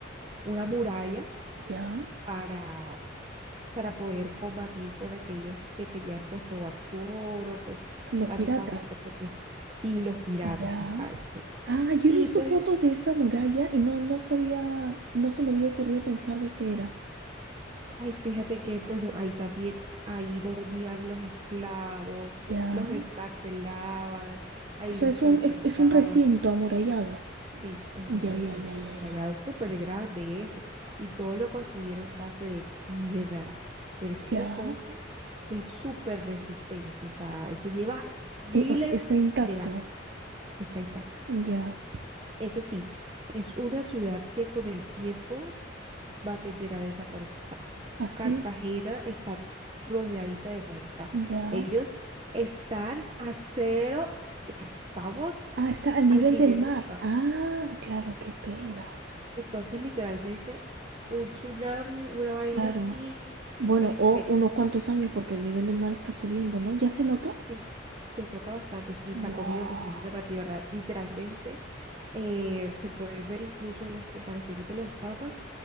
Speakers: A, on the right; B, on the right.
A: una muralla
B: ya.
A: para para poder combatir con aquellos que querían pues robar su oro, pues
B: Los
A: básicamente
B: piratas.
A: por decir, sí, los piratas,
B: Ya.
A: exacto.
B: Ah, yo
A: Y
B: he visto
A: pues,
B: fotos de esa muralla y no, no sabía, no se me había ocurrido pensar de qué era.
A: ay, fíjate que pues ahí también, ahí dormían los esclavos,
B: Ya.
A: los encarcelaban, ahí
B: O sea,
A: los
B: es un,
A: maltrataban.
B: es, es un recinto amurallado.
A: Sí, es un
B: Ya,
A: recinto
B: ya, ya, ya,
A: amurallado,
B: ya.
A: es súper grande eso, y todo lo construyeron en base de piedra, pero es una
B: Ya.
A: cosa que es súper resistente, o sea, eso lleva miles
B: Y, o sea, está intacto.
A: de años. está intacto.
B: Ya.
A: Eso sí, es una ciudad que con el tiempo va a tender a desaparecer. O sea,
B: Así.
A: Cartagena está rodeadita de mar. O sea,
B: Ya.
A: ellos están a cero, o sea, estamos
B: Ah, está al nivel
A: al nivel
B: del mar.
A: del mar.
B: Ah,
A: ¿sí?
B: claro, qué pena.
A: Entonces, literalmente, un tsunami, una vaina
B: Claro.
A: así,
B: Bueno,
A: este,
B: o unos cuantos años porque el nivel del mar está subiendo, ¿no? ¿Ya se nota?
A: Sí, se nota bastante, sí,
B: ¡Wow!
A: se ha comido muchísima tierra, literalmente. eh, se puede ver incluso en las comparaciones de los papas